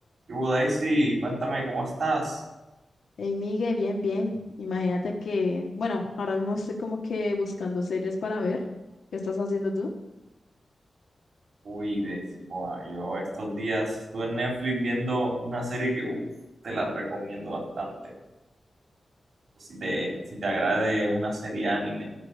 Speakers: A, on the right (about 70°); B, on the left (about 80°).
A: ¿Qué hubo, Daisy? Cuéntame, ¿cómo estás?
B: Hey, Miguel, bien, bien. Imagínate que, bueno, ahora mismo estoy como que buscando series para ver. ¿Qué estás haciendo tú?
A: Uy, Daisy, joa, yo estos días estuve en Netflix viendo una serie que uf, te la recomiendo bastante. No sé Si te, si te agrade, es una serie anime.